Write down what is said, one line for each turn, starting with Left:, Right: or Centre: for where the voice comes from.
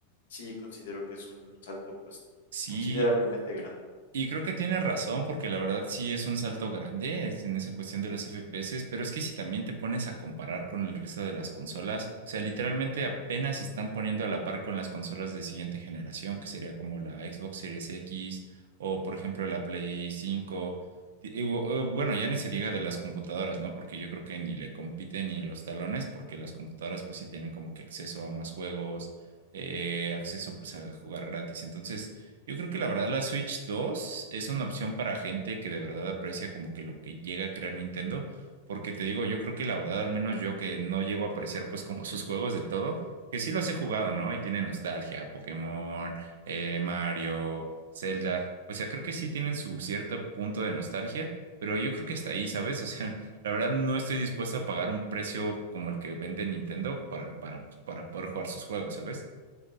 Left: sí considero que es un salto, pues,
Right: Sí,
Left: considerablemente grande.
Right: Y creo que tiene razón, porque la verdad sí es un salto grande es en esa cuestión de los FPS, pero es que si también te pones a comparar con el resto de las consolas, o sea, literalmente apenas se están poniendo a la par con las consolas de siguiente generación, que sería como la Xbox Series X o, por ejemplo, la Play 5. Di- y, o- o, Bueno, ya ni se diga de las computadoras, ¿no? Porque yo creo que ni le compiten ni a los talones, porque las computadoras pues sí tienen como que acceso a más juegos, eh, acceso pues a jugar gratis. Entonces... Yo creo que la verdad la Switch 2 es una opción para gente que de verdad aprecia como que lo que llega a crear Nintendo, porque te digo, yo creo que la verdad, al menos yo que no llego a apreciar pues como <laughs> sus juegos del todo, que sí los he jugado, ¿no? Y tiene nostalgia, Pokémon, eh, Mario, Zelda, o sea, creo que sí tienen su cierto punto de nostalgia, pero yo creo que hasta ahí, ¿sabes? <laughs> O sea, la verdad no estoy dispuesto a pagar un precio como el que vende Nintendo para, para, para poder jugar sus juegos, ¿sabes?